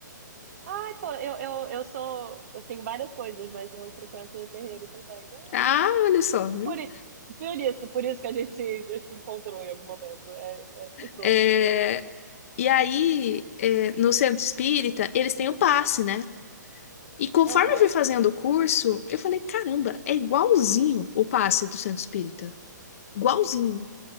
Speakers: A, on the right; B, on the left.
A: Ai, pô, eu, eu, eu sou. Eu tenho várias coisas, mas eu frequento o terreiro também. Ah,
B: Ah,
A: que tudo.
B: olha só. viu?
A: Por, i- por isso, por isso que a gente se, se encontrou em algum momento. É, é, é sobre.
B: É, e aí, é, no centro espírita, eles têm o passe, né? E conforme
A: Aham,
B: eu fui fazendo o curso, eu falei, caramba, é igualzinho o passe do centro espírita. Igualzinho.